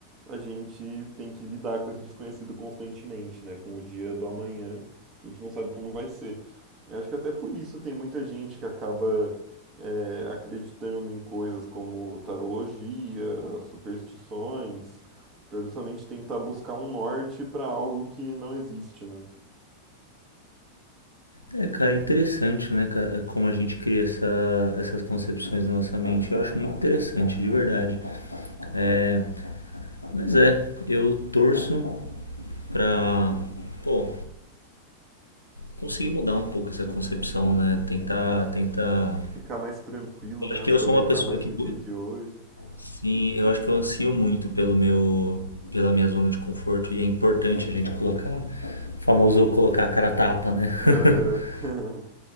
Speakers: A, on the right; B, on the left.
A: a gente tem que lidar com esse desconhecido constantemente, né? Com o dia do amanhã, que a gente não sabe como vai ser. Eu acho que até por isso tem muita gente que acaba é, acreditando em coisas como tarologia, superstições, pra justamente tentar buscar um norte para algo que não existe, né?
B: É, cara, é interessante, né, cara, como a gente cria essa, essas concepções na nossa mente. Eu acho muito interessante, de verdade. É, mas é, eu torço pra, pô, conseguir mudar um pouco essa concepção, né? Tentar, tentar.
A: Ficar mais tranquilo,
B: Eu
A: né?
B: acho
A: Aproveitar
B: que eu sou uma pessoa
A: mais
B: que,
A: o dia de hoje.
B: sim, eu acho que eu ansio muito pelo meu, pela minha zona de conforto e é importante a gente colocar, famoso colocar a cara a tapa, né?
A: Aham.
B: <laughs>
A: <laughs>